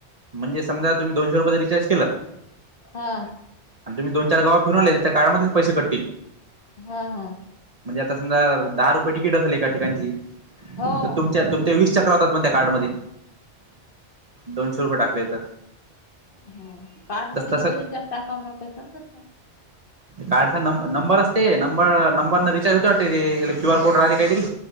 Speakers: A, on the right; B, on the left.
A: म्हणजे समजा तुम्ही दोनशे रुपयांचा रिचार केलं
B: हा.
A: आणि तुम्ही दोन चार गावा फिरून आले. त्या कार्डमधले च पैसे कटतील.
B: हा हा.
A: म्हणजे आता समजा दहा रुपये तिकीट असेल एका ठिकाणची.
B: हो
A: तर तुमच्या तुमच्या वीसच्या होतात त्या कार्डमध्ये. दोनशे रुपये टाकलेत.
B: ह. कार्ड
A: तस
B: मध्ये
A: तसं
B: कस रिचार्ज टाकाव. मला काही समजचं
A: कार्डचा नं नंबर असते. नंबर नंबर न रिचार्ज होते वाटते ते. क्यू आर कोड राहते कायतरी.